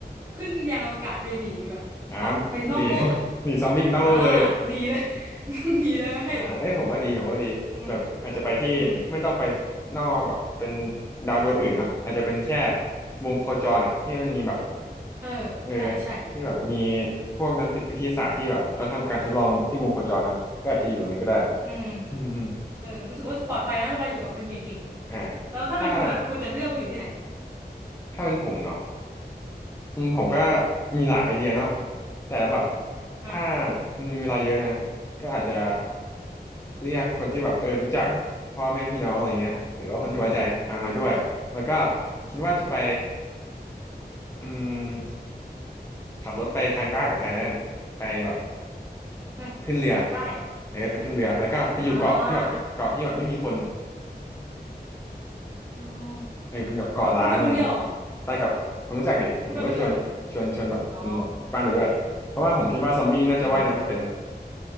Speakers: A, on the right (about 15°); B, on the left (about 15°).
A: ขึ้นยานอวกาศไปหนีแบบออกไปนอกโลกอ่ะ
B: อ่าหนีห <laughs> นีซอมบี้ไปนอกโลกเลย
A: อ่าหนีเลย <laughs> หนีเลย
B: อ่าเอ้ยผมว่าดีผมว่าดีแบบอาจจะไปที่ไม่ต้องไป
A: อืมอืม
B: นอกแบบเป็นดาวดวงอื่นเนาะอาจจะเป็นแค่วงโคจรอ่ะที่มันมีแบบ
A: เออใช่ใช่
B: เออที่แบบมีพวกนักวิทยาศาสตร์ที่แบบเขาทำการทดลองที่วงโคจรเนาะก็อาจจะอยู่ตรงนั้นก็ได้
A: อืม
B: อืมอืม
A: เออรู้สึกว่าปลอดภัยนะเวลาอยู่กับคนเก่งๆแล้วถ้าเป็นคุณอ่ะคุณจะเลือกไปอยู่ที่ไหน
B: อ่าถ้าถ้าเป็นผมเนาะ อืมผมก็
A: อืม
B: มีหลายไอเดียเนาะแต่แบบถ้า
A: อ่ะ
B: มันมีเวลาเยอะนะก็อาจจะเรียกคนที่แบบเออรู้จักพ่อแม่พี่น้องอะไรเงี้ยหรือว่าคนที่ไว้ใจอ่านมาด้วยแล้วก็
A: อืมอืมอืม
B: คิดว่าจะไปอืมขับรถไปทางใต้ของไทยนั่นไปแบบ
A: ฮะทางใต้เหรอ
B: ขึ้นเรือเออไปขึ้นเรือแล้วก็ไปอยู่เกาะที่แบบเกาะที่แบบไม่มีคน
A: อ่าโอ้
B: เออเป็นกับเกาะล้างอะไรเงี้ย
A: คุณไปคนเดียวเหรอ
B: ไปกับคนรู้จักดิหมายถึงว่าชวนชวนชวนแบบคนแบบบ้านไปด้วยเพราะว่าผมคิดว่าซอมบี้น่าจะว่ายน้ำไม่เป็นนะ
A: คุณไปคนเดียวเลยเหรออ๋ออืม